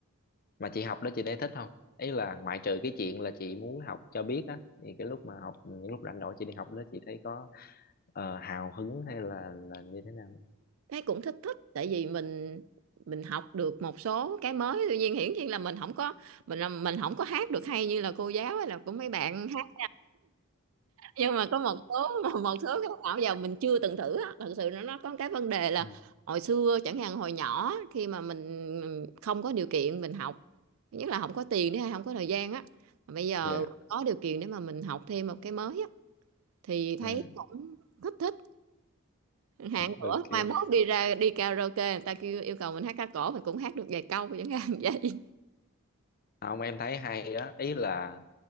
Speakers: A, on the left; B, on the right.
A: mà chị học đó chị thấy thích không ý là ngoại trừ cái chuyện là chị muốn học cho biết á thì cái lúc mà học những lúc rảnh rỗi chị đi học đó chị thấy có ờ, hào hứng hay là là như thế nào
B: thấy cũng thích thích tại vì mình mình học được một số cái mới tuy nhiên hiển nhiên là mình không có mình là mình không có hát được hay như là cô giáo hay là của mấy bạn hát nhưng mà có một số <laughs> một số cái nào giờ mình chưa từng thử á thật sự nó nó có cái vấn đề là
A: Ừ.
B: hồi xưa chẳng hạn hồi nhỏ khi mà mình không có điều kiện mình học Thứ nhất là không có tiền nữa hay không có thời gian á mà bây giờ
A: dạ
B: có điều kiện để mà mình học thêm một cái mới á thì thấy
A: ừ
B: cũng thích thích hạn nữa
A: ok
B: mai mốt đi ra đi karaoke người ta kêu yêu cầu mình hát ca cổ mình cũng hát được vài câu chẳng hạn <laughs> vậy
A: không em thấy hay á ý là